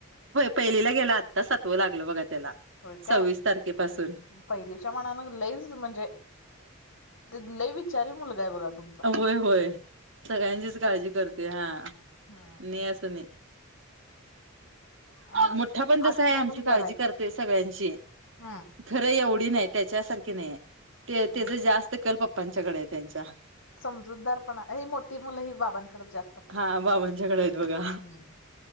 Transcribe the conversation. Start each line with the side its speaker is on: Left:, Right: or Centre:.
Right: पहिलीला गेला. आता सत्व लागलं बघा त्याला
Left: होय काय
Right: सव्वीस तारखेपासून
Left: पहिलीच्या मनान लच म्हणजे ते लय विचारी मुलगा आहे बघा तु.
Right: होय होय सगळ्यांचीच काळजी करते हा
Left: हम्म.
Right: नाही असं नाही.
Left: आणि
Right: मोठा पण तसा
Left: असणं
Right: आहे आमची
Left: पण बरं
Right: काळजी
Left: आहे.
Right: करतोय सगळ्यांची.
Left: हम्म
Right: खरं एवढी नाही त्याच्यासारखी नाही ते त्याच
Left: हम्म.
Right: जास्त कल पप्पांच्याकडे आहे त्यांच्या
Left: समजूतदार पणा ह मोठी मुलं ही बाबांकडेच जास्त असत
Right: हा बाबांच्याकडे आहेत बघा.
Left: हम्.